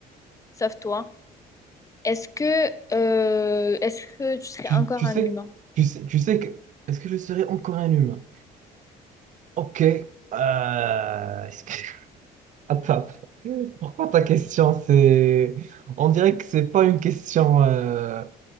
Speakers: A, on the left (about 20°); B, on the right (about 50°).
A: sauf toi, est-ce que, euh, est-ce que tu serais
B: Tu,
A: encore
B: tu
A: un
B: sais,
A: humain?
B: tu sais, tu sais que... Est-ce que je serai encore un humain? Ok. euh, est-ce que- <laughs> Attends. Pourquoi ta question, c'est... On dirait que c'est pas une question... euh,